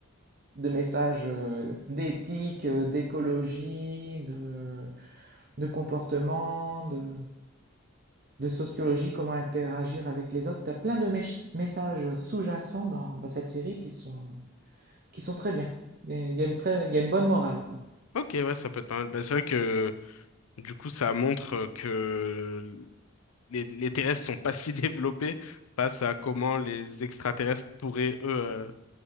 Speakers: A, on the right; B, on the left.
A: de messages euh, d'éthique, euh, d'écologie, de, de comportement, de, de sociologie, comment interagir avec les autres. T'as plein de mech- messages sous-jacents dans, dans cette série qui sont qui sont très bien. Il y a il y a une très, il y a une bonne morale quoi.
B: Ok, ouais, ça peut être pas mal. Bah, c'est vrai que Du coup, ça montre euh, que les, les terrestres sont pas <laughs> si développés face à comment les extraterrestres pourraient, eux, euh,